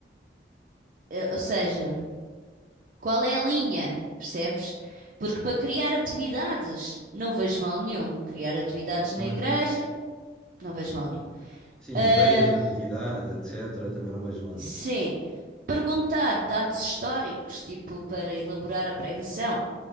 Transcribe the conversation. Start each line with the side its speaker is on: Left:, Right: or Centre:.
Right: eh, ou seja, qual é a linha, percebes? Porque para criar atividades, não vejo mal nenhum. Criar atividades
Centre: Por isso
Right: na
Centre: também
Right: igreja.
Centre: não.
Right: Não vejo mal nenhum.
Centre: Sim,
Right: Ah,
Centre: ideias de atividades, etc., também não vejo mal
Right: sim.
Centre: nenhum.
Right: Perguntar dados históricos, tipo para elaborar a pregação.